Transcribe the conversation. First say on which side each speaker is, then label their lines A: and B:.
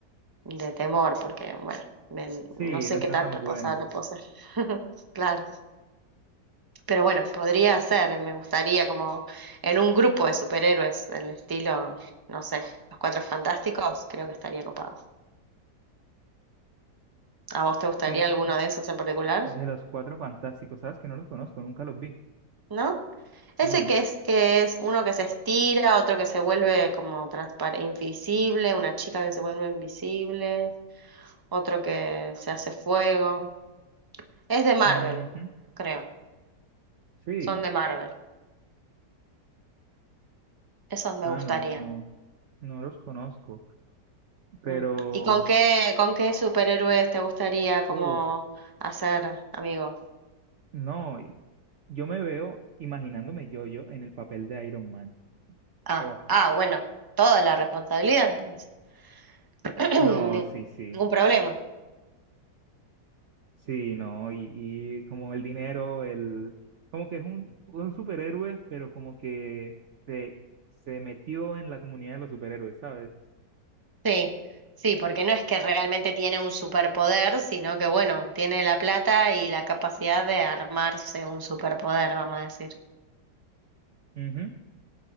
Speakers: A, on the right; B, on the right.
A: de temor, porque, bueno, me-
B: Sí,
A: no sé
B: no
A: qué
B: está
A: tan
B: tan
A: responsable
B: bueno.
A: puedo ser. <laughs> Claro, pero bueno, podría ser, me gustaría como en un grupo de superhéroes del estilo, no sé, los Cuatro Fantásticos, creo que estaría copado. ¿A vos te gustaría
B: De,
A: alguno de esos en particular?
B: de los cuatro fantásticos, ¿sabes que no los conozco? Nunca los vi.
A: ¿No? Ese
B: No.
A: que es, que es uno que se estira, otro que se vuelve como transparente, invisible, una chica que se vuelve invisible, otro que se hace fuego. Es de Marvel,
B: Ujú,
A: creo.
B: Sí.
A: Son de Marvel. Esos me
B: Ah,
A: gustarían.
B: no, no, no los conozco. Pero,
A: Mm. ¿Y con qué, con qué superhéroes te gustaría como
B: uff,
A: hacer amigo?
B: no, y- yo me veo imaginándome yo-yo en el papel de Iron Man.
A: Ah,
B: Oh,
A: ah, bueno, toda la responsabilidad entonces. <clears throat>
B: no, sí, sí.
A: Ningún problema.
B: Sí, no, y, y como el dinero, el, como que es un, un superhéroe, pero como que se, se metió en la comunidad de los superhéroes, ¿sabes?
A: Sí, sí, porque no es que realmente tiene un superpoder, sino que bueno, tiene la plata y la capacidad de armarse un superpoder, vamos a decir.
B: Ujú,